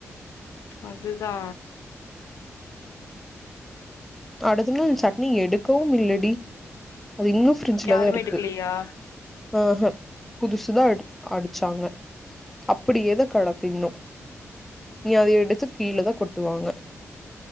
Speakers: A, on the left; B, in the centre.
A: அதுதா
B: அடுத்த நாள் அந்த சட்னிய எடுக்கவு இல்லடி அது இன்னு ஃப்ரிட்ஜ்ல
A: யாருமே
B: தா இருக்கு
A: எடுக்கலையா
B: ஆஹ்ஹா புதுசுதா எடு அடிச்சாங்க அப்டியேதா கெடக்கு இன்னு இனி அத எடுத்து கீழேதா கொட்டுவாங்க